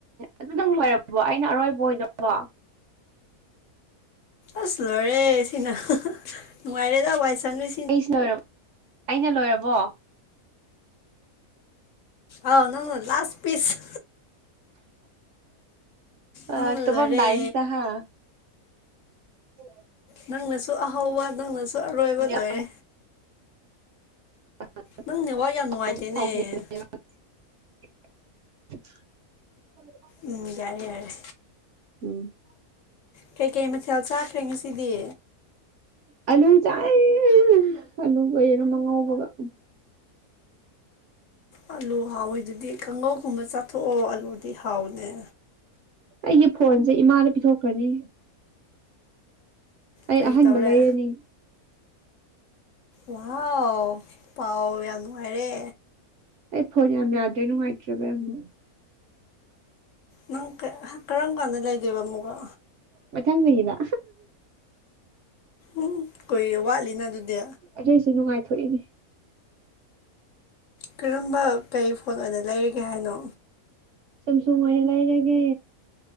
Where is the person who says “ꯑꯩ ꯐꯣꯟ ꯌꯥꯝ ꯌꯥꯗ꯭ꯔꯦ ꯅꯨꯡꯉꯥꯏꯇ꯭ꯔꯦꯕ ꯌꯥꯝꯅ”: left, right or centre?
Right